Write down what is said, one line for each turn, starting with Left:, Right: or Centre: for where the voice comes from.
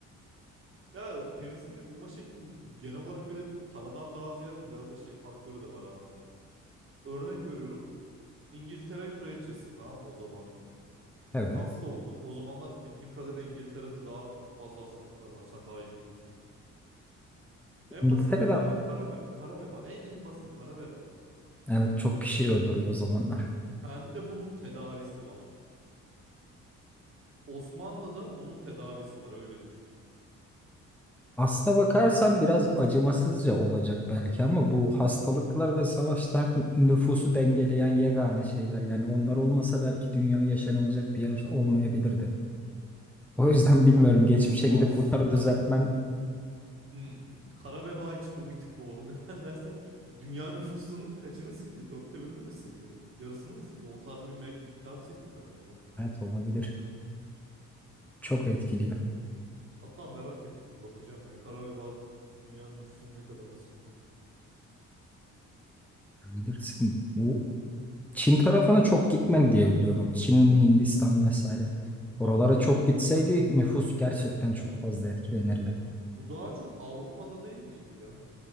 Right: Ya penisilini bulma şeklim genel olarak bir de paradan daha ziyade biraz da şey faktörü de var abi. Örnek veriyorum. İngiltere kraliçesi tamam mı o zamanın?
Centre: Evet.
Right: Hasta oldu. O zamanlar bildiğim kadarıyla İngiltere'de daha fazla hastalıklar var. Sen daha iyi biliyorsundur. En
Centre: İngiltere'de
Right: basit veba ya. Kara, ve, kara veba. En en basit kara veba.
Centre: evet çok kişi öldürüyor o zamanlar.
Right: Sende bunun tedavisi var. Osmanlı'da bunun tedavisi var. Öyle düşün.
Centre: Aslına bakarsan biraz acımasızca olacak belki ama bu hastalıklar ve savaşlar nüfusu dengeleyen yegane şeyler. Yani onlar olmasa belki dünya yaşanılacak bir yer olmayabilirdi. O yüzden
Right: Ya
Centre: bilmiyorum. Geçmişe
Right: aslında
Centre: gidip bunları düzeltmen
Right: hmm, kara veba için bu bir tık doğru. <laughs> Neden dersen dünya nüfusunun kaçını sildi? Dörtte birini mi sildi? Yarısını mı sildi? O tarz bir me- miktar sildi kara veba.
Centre: evet olabilir. Çok etkiliyor.
Right: Hatta merak ettim bir bakacağım ya. Kara veba dünya nüfusunun ne kadarını sildi?
Centre: Bilirsin. Bu Çin tarafına çok gitmedi diye biliyorum. Çin, Hindistan vesaire.
Right: Kan
Centre: Oralara çok gitseydi nüfus gerçekten çok fazla etkilenirdi.
Right: Bu daha çok Avrupa'da değil miydi ya?